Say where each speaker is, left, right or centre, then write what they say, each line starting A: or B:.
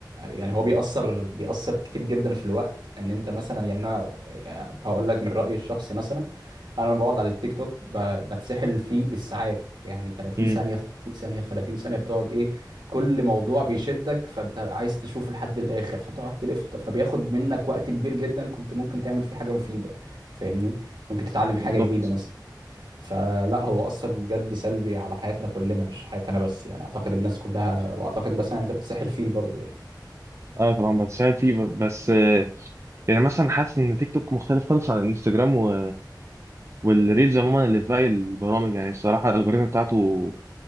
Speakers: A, on the right; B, on the right.
A: يعني هو بيأثر بيأثر كتير جدا في الوقت ان انت مثلا يعني انا آه، هقول لك من رأيي الشخصي مثلا انا لما بقعد على التيك توك ب- بتسحل فيه بالساعات يعني 30
B: امم
A: ثانيه في 30 ثانيه في 30 ثانيه بتقعد ايه كل موضوع بيشدك فانت عايز تشوفه لحد الاخر فتقعد تلف فبياخد منك وقت كبير جدا كنت ممكن تعمل فيه حاجه مفيده فاهمني ممكن تتعلم حاجه
B: بالظبط
A: جديده مثلا فلا هو اثر بجد سلبي على حياتنا كلنا مش حياتي انا بس يعني اعتقد الناس كلها واعتقد مثلا انت بتسحل فيه برضو يعني
B: اه طبعا بتساعد فيه ب- بس آه، يعني مثلا حاسس ان تيك توك مختلف خالص عن الانستجرام و... والريلز عموما اللي في باقي البرامج يعني الصراحه الالجوريزم بتاعته